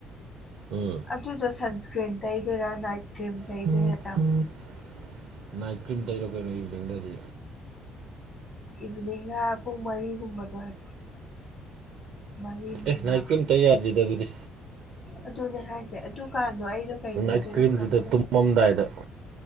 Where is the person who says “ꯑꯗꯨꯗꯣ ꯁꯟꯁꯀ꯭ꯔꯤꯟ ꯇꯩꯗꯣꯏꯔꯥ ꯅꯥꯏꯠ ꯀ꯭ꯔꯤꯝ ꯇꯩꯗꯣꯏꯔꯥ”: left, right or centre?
Left